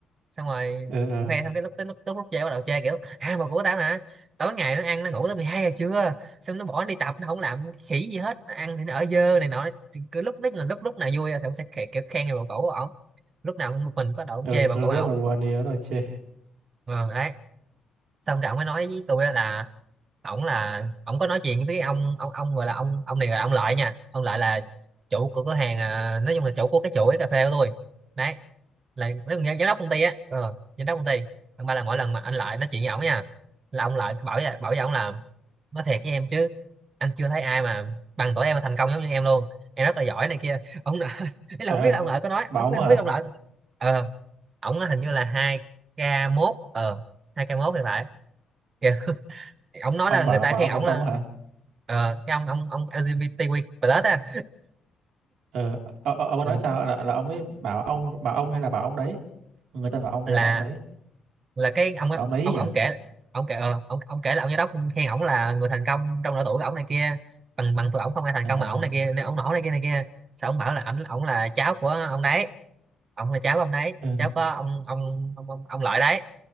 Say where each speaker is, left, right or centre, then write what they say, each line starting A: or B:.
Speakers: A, on the right; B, on the right.
A: xong rồi
B: ờ ờ
A: khoe xong cái lúc tới lúc tới lúc chơi bắt đầu chơi kiểu à mà của tao hả tối ngày nó ăn nó ngủ tới mười hai giờ trưa xong nó bỏ đi tập nó không làm khỉ gì hết nó ăn thì nó ở dơ này nọ Thì cứ lúc đấy là lúc lúc nào vui thì cũng sẽ khe- kiểu khen người bầu cũ của ổng lúc nào cũng một mình có đầu ông
B: ừ,
A: chê bầu cũ ổng
B: rất là buồn đi đó rồi chê
A: ờ đấy xong cái ổng mới nói với tôi á là ổng là ổng có nói chuyện với cái ông ông ông gọi là ông ông này là ông lợi nha ông lợi là chủ của cửa hàng à, nói chung là chủ của cái chuỗi cà phê của tôi đấy là mấy con giám giám đốc công ty á ờ, giám đốc công ty thằng ba là mỗi lần mà anh lại nói chuyện với ổng nha là ông lại bảo với bảo với ổng là nói thiệt với em chứ anh chưa thấy ai mà bằng tuổi em mà thành công giống như em luôn em rất là giỏi này kia ông nợ <laughs> ý
B: trời
A: là không
B: ơi
A: biết là ông lợi có nói
B: bà
A: không
B: ông
A: biết
B: á
A: không
B: hả
A: biết ông lợi ờ ổng nói hình như là hai k mốt ờ hai k mốt thì phải kìa <laughs> ổng nói
B: ông
A: là
B: bảo
A: người ta
B: bảo
A: khen
B: ông
A: ổng
B: thành công
A: là
B: á hả
A: ờ cái ông ông ông LGBTQ+ á
B: ờ, ờ, ờ, ông ấy
A: ừ,
B: nói sao là là ông ấy bảo ông bảo ông hay là bảo ông đấy người ta bảo ông hay
A: là
B: là bảo ông đấy
A: là cái ông á-
B: bảo ông đấy
A: ông
B: nhỉ
A: ông kể ông kể ờ, ông ông kể là ông giám đốc khen ổng là người thành công trong độ tuổi của ổng này kia bằng bằng tuổi ổng không ai thành
B: à
A: công mà ổng này kia nên ổng nổi này kia này kia sao ông bảo là ảnh ổng là cháu của ông đấy ổng là cháu của ông đấy
B: ừ,
A: cháu có ông ông ông ông, ông lợi đấy